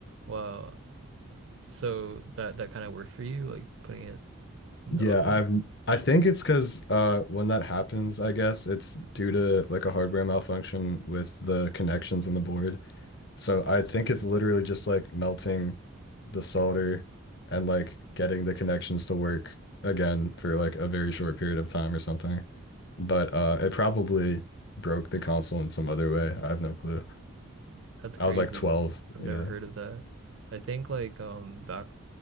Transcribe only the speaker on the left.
Yeah,
I've I think it's because uh when that happens, I guess it's due to like a hardware malfunction with the connections on the board. So I think
it's literally just like melting the solder and like getting the connections to work again for like a very short period of time or something. But uh it probably broke the console in some other way. I have no clue.
I was like 12.
Yeah.